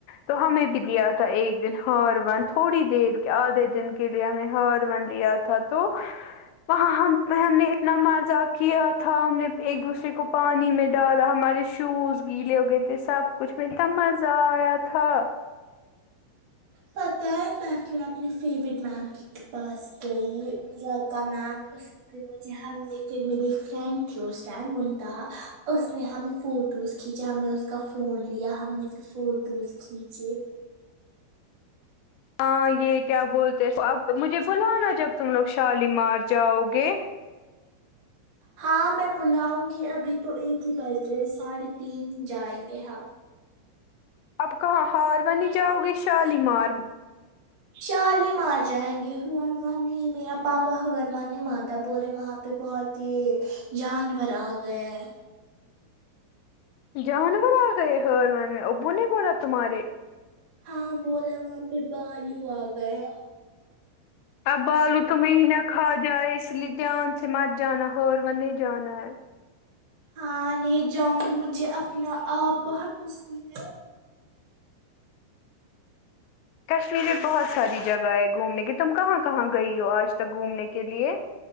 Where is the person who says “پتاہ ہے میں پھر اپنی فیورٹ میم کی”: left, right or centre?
Right